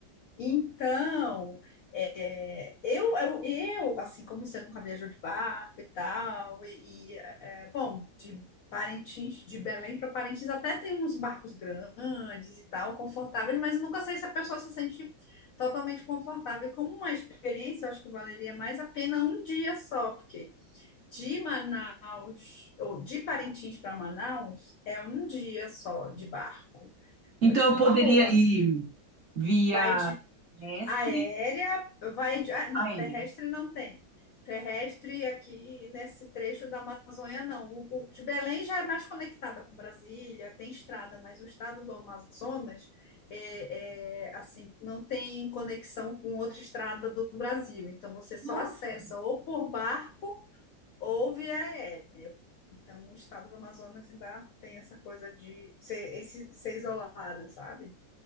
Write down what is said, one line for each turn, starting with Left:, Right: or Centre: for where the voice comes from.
Left: Então, é, eu, eu, eu, assim como você nunca viajou de barco e tal, e, e, é, bom, de Parintins, de Belém para Parintins, até tem uns barcos grandes e tal, confortáveis, mas eu nunca sei se a pessoa se sente totalmente confortável. E Como uma experiência, eu acho que valeria mais a pena um dia só, porque de Manaus, ou de Parintins para Manaus, é um dia só de barco.
Right: Então
Left: Pode ser
Right: eu
Left: uma
Right: poderia
Left: boa.
Right: ir via
Left: Vai de
Right: mestre
Left: Aérea vai. de- Ah, não,
Right: aérea.
Left: terrestre não tem. Terrestre aqui nesse trecho da Amazônia, não. O, o de Belém já é mais conectada com Brasília, tem estrada, mas o estado do Amazonas é, é, assim, não tem conexão com outra estrada do Brasil. Então você só
Right: Nossa!
Left: acessa ou por barco ou via aérea. Então o estado do Amazonas ainda tem essa coisa de ser, esse, ser isolado, sabe?